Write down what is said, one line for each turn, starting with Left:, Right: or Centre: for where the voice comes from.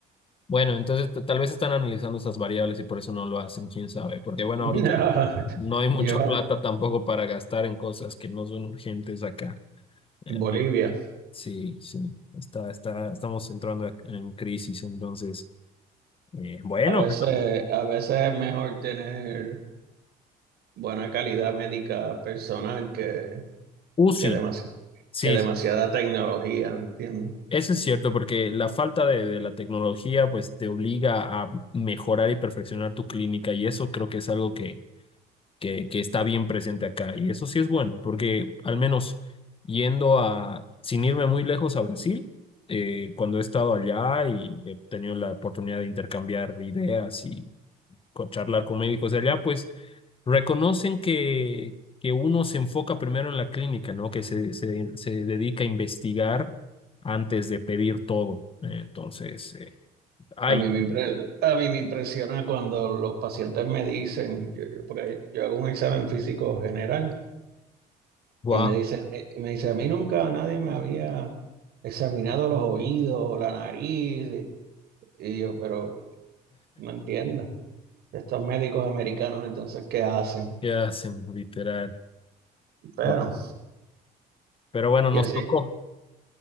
Left: Bueno, entonces t- tal vez están analizando esas variables y por eso no lo hacen, quién sabe, porque bueno, ahorita
Right: Nah,
Left: no hay mucha
Right: Lleva
Left: plata tampoco para gastar en cosas que no son urgentes acá. Eh,
Right: Bolivia.
Left: pero sí, sí, está, está, estamos entrando en crisis, entonces, eh, bueno,
Right: A veces, a veces es mejor tener buena calidad médica personal que
Left: UCI,
Right: que demasiado, que
Left: sí,
Right: demasiada tecnología, ¿me entiendes?
Left: Eso es cierto, porque la falta de, de la tecnología pues te obliga a mejorar y perfeccionar tu clínica y eso creo que es algo que, que, que está bien presente acá y eso sí es bueno, porque al menos yendo a, sin irme muy lejos a Brasil, eh, cuando he estado allá y he tenido la oportunidad de intercambiar ideas y con- charlar con médicos de allá, pues Reconocen que, que uno se enfoca primero en la clínica, ¿no? Que se, se, se dedica a investigar antes de pedir todo. Entonces, eh, ay,
Right: A mí me impre- a mí me impresiona cuando los pacientes me dicen, yo, yo- porque yo hago un examen físico general
Left: wow,
Right: y me dicen, a mí- y me dice, a mí nunca nadie me había examinado los oídos, la nariz, y, y yo, pero no entiendo. Estos médicos americanos entonces, ¿qué hacen?
Left: ¿qué hacen? Literal.
Right: Pero,
Left: guau. Pero bueno,
Right: y
Left: nos
Right: así,
Left: tocó,